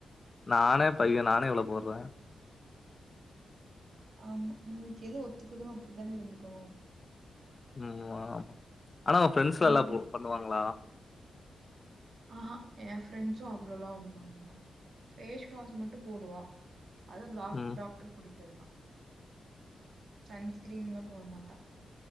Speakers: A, on the left; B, on the right.
A: நானே பைய நா னே இவ்ளோ போட்றே
B: ஆமா நம்மளுக்கு எது ஒத்துக்குதோ அப்டித்தானே இருந்துக்கணு
A: ம் ஆமா ஆனா உங்க ஃப்ரெண்ட்ஸ்
B: ம்
A: எல்லா போ பண்ணுவாங்களா
B: ஆஹா ஏன் ஃப்ரெண்ட்ஸு அவ்ளோல்லா ஒன்னும் பண்ண மாட்டாங்க ஃபேஸ் வாஷ் மட்டு போடுவா அதும் டா
A: ம்.
B: டாக்டர் குடுத்ததுதா சன்ஸ்கிரீன்லா போட மாட்டா